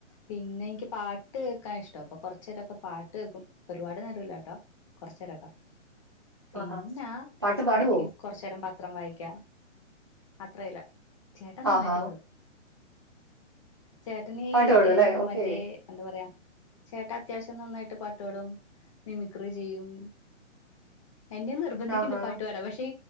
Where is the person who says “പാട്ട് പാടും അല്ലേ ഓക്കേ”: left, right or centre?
Right